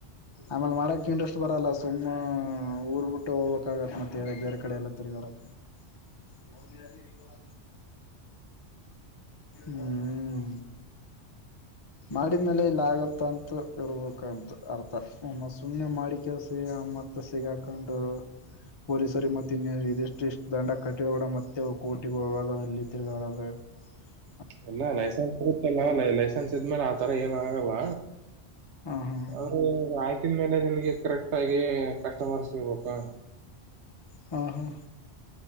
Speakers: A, on the left; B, on the right.
A: ಆಮೇಲ್ ಮಾಡಕ್ ಇಂಟ್ರೆಸ್ಟ್ ಬರಲ್ಲ ಸುಮ್ಮ್ ಊರ್ ಬಿಟ್ಟು ಹೋಗ್ಬೇಕಕ್ ಆಗತ್ತ ಮತ್ತೆ ಬೇರೆ ಕಡೆ ಎಲ್ಲ ತಿರುಗಾಡಕ ನ <unintelligible> ಹ್ಮ ಮಾಡಿದ್ಮೇಲೆ ಇಲ್ಲ ಆಗತ್ತ ಅಂತ ಇರ್ಬೇಕಂತ ಅರ್ಥ ಒಮ್ಮ ಸುಮ್ನೆ ಮಾಡಿಕಸ ಏನ್ ಮತ್ತ್ ಸಿಗಾಕೊಂಡು ಪೊಲೀಸರಿಗೆ ಮತ್ತೆ ಇನ್ನ ಇದಿಷ್ಟು ಇಷ್ಟ ದಂಡ ಕಟ್ಟಿದ ಕೂಡ ಮತ್ತೆ ಕೋರ್ಟಿಗೆ ಹೋಗೋದ ಅಲ್ಲಿ ತಿರ್ಗಾಡದ ಹ
B: ಇಲ್ಲ ಲೈಸೆನ್ಸ್ ಪ್ರೂಫಲ್ಲ ಲೈಸೆನ್ಸ್ ಇದ್ಮೇಲೆ ಆತರ ಏನ ಆಗಲ್ಲ.
A: ಹ ಹ
B: ಅವ ಆಯ್ತು ಸ್ಕಿನ್ ಮೇಲೆ ನಿನ್ಗೆ ಕರೆಕ್ಟ್ ಆಗಿ ಕಸ್ಟಮರ್ ಸಿಗ್ಬೇಕಾ
A: ಹಾ ಹಾ